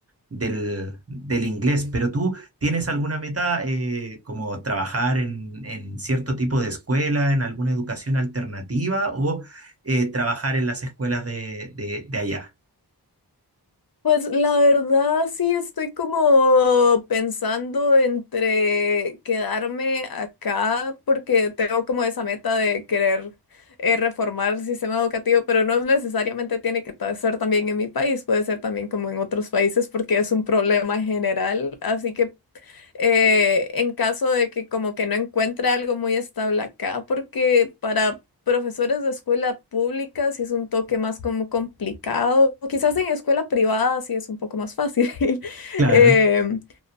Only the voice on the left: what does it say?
Pues la verdad sí estoy como pensando entre quedarme acá porque tengo como esa meta de querer eh, reformar el sistema educativo, pero no necesariamente tiene que ta- ser también en mi país, puede ser también como en otros países porque es un problema general, así que eh, en caso de que como que no encuentre algo muy estable acá, porque para profesores de escuela pública sí es un toque más como complicado, o quizás en escuela privada sí es un poco más fácil, <laughs>
em,